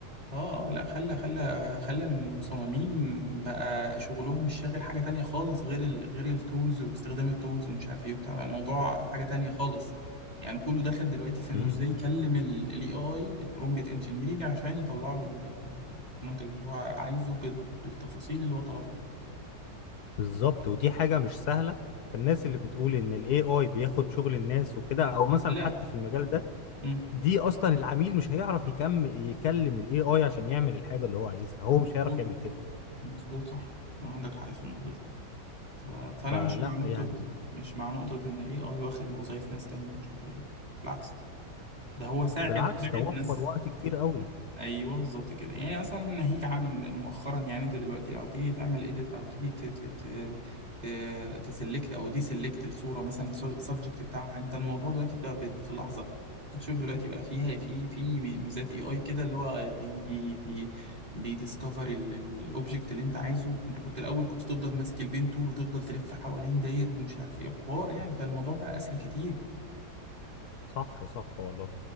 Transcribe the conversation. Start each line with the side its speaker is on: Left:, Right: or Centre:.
Right: اه اه لا خلى خلى خلى المصممين بقى شغلهم الشاغل حاجة تانية خالص غير ال غير التولز واستخدام التولز ومش عارف ايه وبتاع بقى الموضوع حاجة تانية خالص يعني كله دخل دلوقتي في انه
Left: امم
Right: ازاي يكلم الاي اي برومبت انجينيرنج عشان يطلع له ال- ال- المنتج اللي هو عايزه بال- بالتفاصيل اللي هو طلبها
Left: بالظبط ودي حاجة مش سهلة فالناس اللي بتقول ان الاي اي بياخد شغل الناس وكده او مثلا
Right: لا
Left: حتى في المجال ده
Right: مم،
Left: دي اصلا العميل مش هيعرف يكم يكلم الاي اي عشان يعمل الحاجة اللي هو عايزها هو
Right: مظبوط
Left: مش هيعرف يعمل كده
Right: مظبوط صح عندك حق في النقطة دي ف... فأنا
Left: فلا
Right: مش مع
Left: يعني
Right: نقطة مش مع نقطة إن ال AI واخد وظايف ناس تانية مش عارف ايه بالعكس ده هو ساعد
Left: بالعكس
Right: ساعد
Left: ده وفر
Right: ناس
Left: وقت كتير قوي
Right: ايوه بالظبط كده يعني مثلا ناهيك عمل مؤخرا يعني انت دلوقتي لو تيجي تعمل اديت او تيجي ت ت ت ت تسلكت او دي سلكت الصوره مثلا السبجكت بتاعها انت الموضوع دلوقتي بقى بت- في اللحظه فوتوشوب دلوقتي بقى فيها في في ميزات اي اي كده اللي هو بي بي بي بيديسكفر الاوبجكت اللي انت عايزه انت كنت الاول كنت تفضل ماسك البين تول وتفضل تلف حوالين داير ومش عارف ايه حوار يعني فالموضوع بقى اسهل كتير
Left: صح صح والله